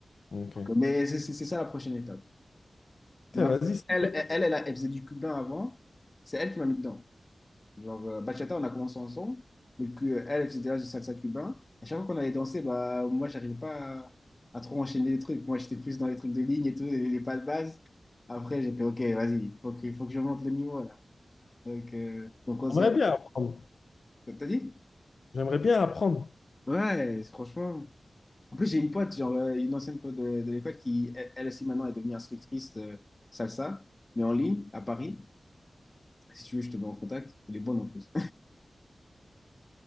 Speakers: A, on the left; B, on the left.
A: Ok.
B: Mais c'est c'est- c'est ça la prochaine étape.
A: Putain,
B: Mais ma-
A: vas-y, c'est
B: elle,
A: dur.
B: elle, elle, elle a- elle faisait du cubain avant, c'est elle qui m'a mis dedans. Genre, euh, bachata, on a commencé ensemble, mais que, euh, elle, elle faisait déjà du salsa cubain. À chaque fois qu'on allait danser, bah, moi, j'arrivais pas à, à trop enchaîner les trucs. Moi, j'étais plus dans les trucs de ligne et tout, les, les pas de base. Après, j'ai fait, OK, vas-y, il faut que, faut que je monte le niveau, là. Donc, euh, donc on
A: On
B: s'est...
A: aimerait bien apprendre.
B: T'as dit?
A: J'aimerais bien apprendre.
B: Ouais, c'est- franchement. En plus, j'ai une pote, genre, euh, une ancienne pote de, de l'école qui, elle, elle aussi, maintenant, est devenue instructrice de salsa, mais en ligne, à Paris. Si tu veux, je te mets en contact. Elle est bonne, en plus.